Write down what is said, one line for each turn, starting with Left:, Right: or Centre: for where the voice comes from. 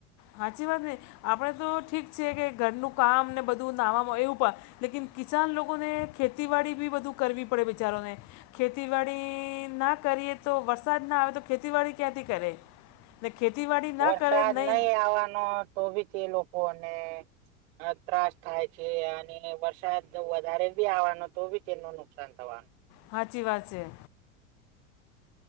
Left: હાચી વાત ને, આપડે તો ઠીક છે કે ઘરનું કામ ને બધું નાવામાં એવું પ લેકિન કિસાન લોગોને ખેતીવાડી બી બધું કરવી પડે બિચારોને. ખેતીવાડી ના કરીએ તો, વરસાદ ના આવે તો ખેતીવાડી ક્યાંથી કરે. ને ખેતીવાડી ના
Right: વરસાદ
Left: કરે નહીં
Right: નહી આવવાનો તો બી તે લોકોને અહ ત્રાસ થાય છે અને વરસાદ વધારે બી આવવાનો તો બી તેનું નુકસાન થવાનું.
Left: હાચી વાત છે.